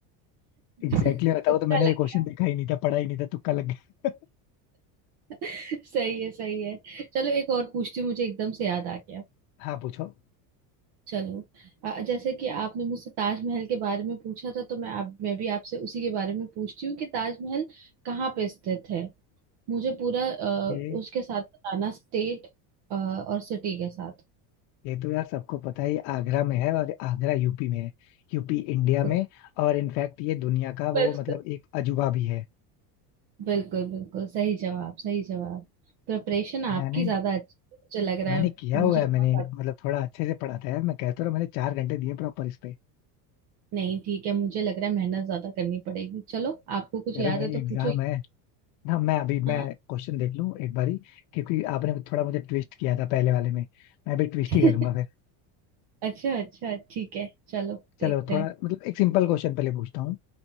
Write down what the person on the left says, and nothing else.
एग्जैक्टली
बताओ
तो मैंने
ये
क्वेश्चन देखा ही नहीं था पढ़ा ही नहीं था तुक्का लग गया
हाँ पूछो
ये
ये तो यार सबको पता है ये आगरा में है और आगरा यूपी में है यूपी इंडिया
में और इनफैक्ट ये दुनिया का
वो मतलब
एक अजूबा भी है
मैंने
मैंने
किया हुआ
है मैंने
मतलब थोड़ा अच्छे से पढ़ा था यार मैं कहता रहा मैंने चार घंटे दिए प्रॉपर इस पे
कह
रहे भाई
एग्जाम
है ना मैं अभी
मैं क्वेश्चन देख लूं एक बारी क्योंकि आपने थोड़ा मुझे ट्विस्ट किया था पहले वाले में मैं भी ट्विस्ट
ही करूंगा फिर
चलो
थोड़ा
मतलब एक सिंपल क्वेश्चन पहले पूछता हूँ